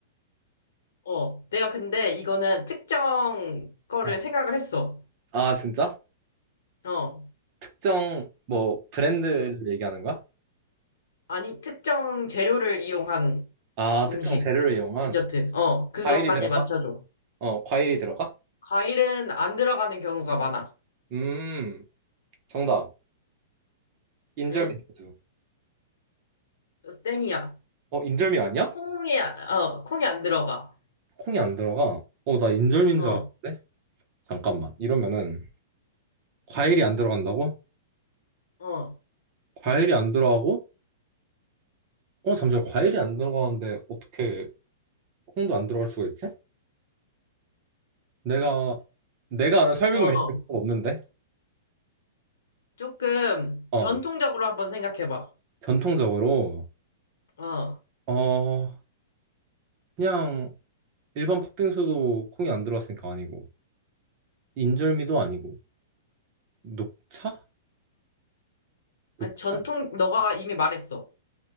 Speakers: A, on the left; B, on the right.
A: 어, 내가 근데 이거는 특정 거를
B: 어.
A: 생각을 했어.
B: 아, 진짜?
A: 어.
B: 특정, 뭐, 브랜드를
A: 음.
B: 얘기하는 거야?
A: 아니, 특정 재료를 이용한
B: 아,
A: 음식,
B: 특정 재료를
A: 아,
B: 이용한
A: 디저트. 어, 그것까지
B: 과일이 들어가?
A: 맞춰줘.
B: 어, 과일이 들어가?
A: 과일은 안 들어가는 경우가 많아.
B: 음, 정답. 인절미
A: 응?
B: 소스.
A: 어, 땡이야.
B: 어, 인절미 아니야?
A: 콩이, 아- 어, 콩이 안 들어가.
B: 콩이 안 들어가. 어, 나 인절미인
A: 어,
B: 줄 알았는데? 잠깐만. 이러면은 과일이 안 들어간다고?
A: 어,
B: 과일이 안 들어가고? 어, 잠시만. 과일이 안 들어가는데 어떻게 콩도 안 들어갈 수가 있지? 내가 내가 아는 설빙
A: 어.
B: 메뉴가 없는데.
A: 조금
B: 어,
A: 전통적으로 한번 생각해봐.
B: 전통적으로
A: 어.
B: 어, 그냥 일반 팥빙수도 콩이 안 들어갔으니까 아니고 인절미도 아니고 녹차? 녹차?
A: 아니, 전통, 너가 이미 말했어.